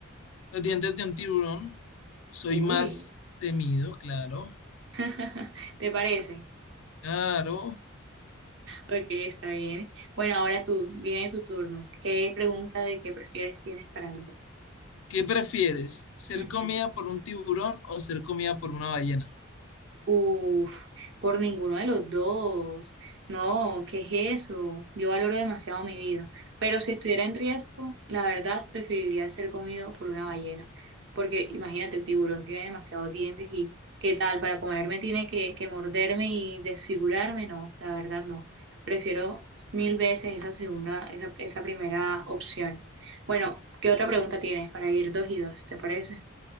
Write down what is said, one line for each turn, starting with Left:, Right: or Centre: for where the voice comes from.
Left: Los dientes de un tiburón. Soy
Right: Uy,
Left: más temido, claro.
Right: <laughs> ¿te parece?
Left: Claro.
Right: Ok, está bien. Bueno, ahora tú, viene tu turno. ¿Qué pregunta de qué prefieres tienes para mí?
Left: ¿Qué prefieres? ¿Ser
Right: Ujú.
Left: comida por un tiburón o ser comida por una ballena?
Right: Uf, por ninguno de los dos. No, ¿qué es eso? Yo valoro demasiado mi vida. Pero si estuviera en riesgo, la verdad preferiría ser comido por una ballena. Porque imagínate, el tiburón tiene demasiados dientes y ¿qué tal? Para comerme tiene que, que morderme y desfigurarme. No, la verdad no. Prefiero mil veces esa segunda, esa, esa primera opción. Bueno, ¿qué otra pregunta tienes para ir dos y dos? ¿Te parece?